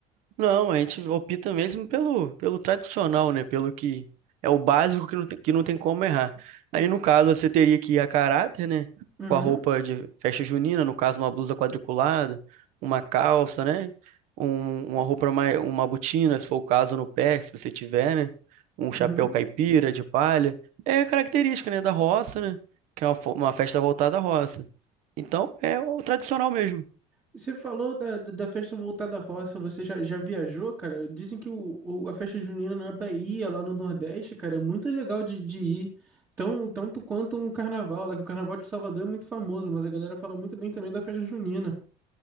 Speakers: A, on the right; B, on the right.
A: Não, a gente opta mesmo pelo, pelo tradicional, né? Pelo que é o básico que não tem, que não tem como errar. Aí, no caso, você teria que ir a caráter, né?
B: Uhum,
A: Com a roupa de festa junina, no caso, uma blusa quadriculada, uma calça, né? Um, uma roupa mais, uma botina, se for o caso, no pé, se você tiver, né? Um chapéu
B: uhum.
A: caipira de palha. É característica, né? Da roça, né? Que é uma, fo- uma festa voltada à roça. Então, é o tradicional mesmo.
B: Você falou da, da da festa voltada à roça, você já, já viajou, cara? Dizem que o, o- a festa junina na Bahia, lá no Nordeste, cara, é muito legal de, de ir. Tão, tanto quanto um carnaval, lá que o carnaval de Salvador é muito famoso, mas a galera fala muito bem também da festa junina.